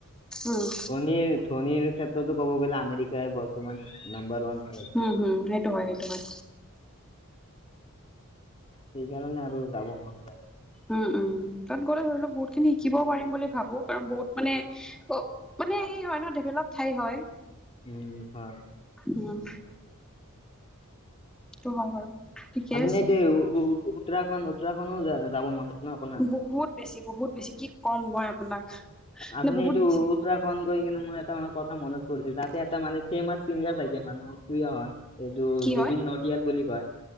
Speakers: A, in the centre; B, on the left.
A: উম
B: ধনীৰ ধনীৰ ক্ষেত্ৰতো ক'ব গ'লে আমেৰিকাই বৰ্তমান নাম্বাৰ ওৱান। হৈ আছে
A: হুম-হুম সেইটো হয়, সেইটো হয়।
B: সেইকাৰণে আৰু যাব মন যায়।
A: উম উম, তাত গ'লে ধৰি লওক বহুত খিনি শিকিবও পাৰিম বুলি ভাবো। কাৰণ বহুত মানে অ' মানে এই হয় ন ডেভেলপ ঠাই হয়।
B: উম, হয়।
A: উম। সেইটো হয় বাৰু। ঠিকে
B: আপুনি
A: আছে
B: <unintelligible>
A: বহুত বেছি, বহুত বেছি, কি কম মই আপোনাক। মানে
B: আপুনি
A: বহুত
B: এইটো
A: বেছি
B: উত্তৰা খণ্ড গৈ কিনে মানে মোৰ এটা কথা মনত পৰিছে, তাতে এটা মান ফেমাচ চিংগাৰ থাকে মানে মোৰ প্ৰিয় হয়। এইটো
A: কি
B: জুবিন
A: হয়
B: নতিয়াল বুলি কয়।